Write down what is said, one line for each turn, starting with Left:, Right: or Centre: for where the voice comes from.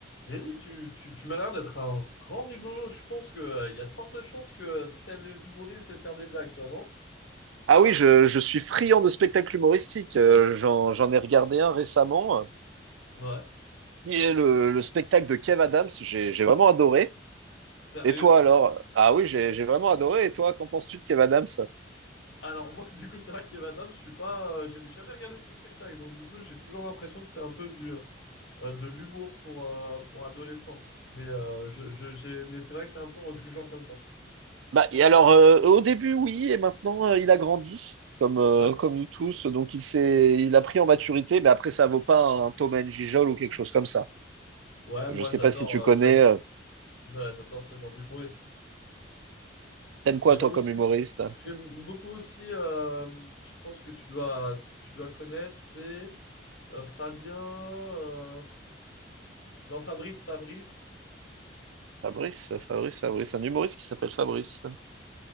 Left: Rémi, tu, tu, tu m'as l'air d'être un grand rigolo. Je pense que, euh, il y a de fortes chances que t'aimes les humoristes et faire des blagues, toi, non?
Right: Ah oui, je, je suis friand de spectacles humoristiques. Euh, j'en, j'en ai regardé un récemment, euh,
Left: Ouais.
Right: qui est le, le spectacle de Kev Adams. J'ai, j'ai vraiment adoré.
Left: Sérieux?
Right: Et toi alors? Ah oui, j'ai, j'ai vraiment adoré. Et toi, qu'en penses-tu de Kev Adams?
Left: Alors moi, <laughs> du coup, c'est vrai qu'Evan Adams, je suis pas, euh, j'ai jamais regardé ce spectacle, donc du coup, j'ai toujours l'impression que c'est un peu du, euh, de l'humour pour, euh, pour adolescentes. Mais euh, je, je- j'ai, mais c'est vrai que c'est un peu en jugeant comme ça.
Right: Bah, et alors, euh, au début, oui, et maintenant, euh, il a grandi, comme, euh,
Left: D'accord.
Right: comme nous tous. Donc, il s'est, il a pris en maturité, mais après, ça vaut pas un Tom and Gijol ou quelque chose comme ça.
Left: Ouais,
Right: Je
Left: moi,
Right: sais
Left: j'adore,
Right: pas si tu
Left: euh,
Right: connais.
Left: j'adore,
Right: euh,
Left: j'a- j'adore ce genre d'humoriste.
Right: T'aimes quoi,
Left: J'aime
Right: toi,
Left: aussi,
Right: comme humoriste?
Left: j'aime beaucoup aussi, euh, je pense que tu dois, tu dois connaître, c'est euh, Fabien, euh, non, Fabrice, Fabrice,
Right: Fabrice, Fabrice, Fabrice, un humoriste qui s'appelle Fabrice.